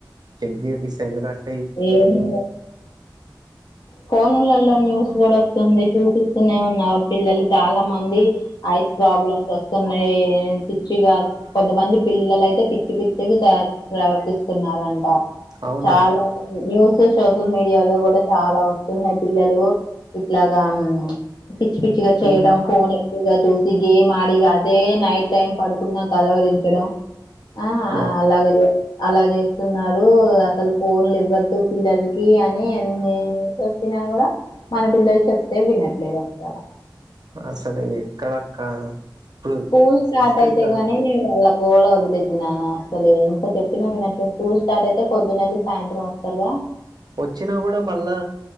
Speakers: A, on the right; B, on the left.
A: చెక్ జెపిస్తా ఎందుకు అంటే
B: ఏమో ఫోనులల లో న్యూస్ కూడా వస్తుంది చూపిస్తూనే ఉన్నావు పిల్లలు చాలా మంది ఐస్ ప్రాబ్లమ్స్ వస్తున్నాయి పిచ్చిగా కొంతమంది పిల్లలైతే పిచ్చి పిచ్చిగా ప్రవర్తిస్తున్నారంట
A: అవునా
B: చాలా న్యూస్ సోషల్ మీడియాలో కూడా చాలా వస్తున్నాయి పిల్లలు ఇట్లాగా పిచ్చి పిచ్చిగా చేయడం
A: ఉమ్
B: ఫోన్ గా చూసి గేమ్ ఆడిగా అదే నైట్ టైం పడుకున్నా కలవరించడం ఆ
A: వా
B: అలాగలే అలా చేస్తున్నారు అసలు ఫోన్లు ఎక్కు అవద్దు పిల్లలకి అని నే ఎన్ని చేపిన కూడా మన పిల్లలు చెప్తే వినట్లేదు అసల
A: అసలు ఎక్కడక్క ఇప్పుడు
B: స్కూల్ స్టార్ట్
A: తీసుకెళ్తారు
B: అయితే గాని నేను వేళ్ళం గోళ వదిలేద్ది నాన్న అసలు ఎంత చెప్పినా వినట్లే స్కూల్ స్టార్ట్ అయితే పొద్దునేళ్ళీ సాయంత్రం వస్తారుగా
A: వచ్చినా కూడా మళ్ళా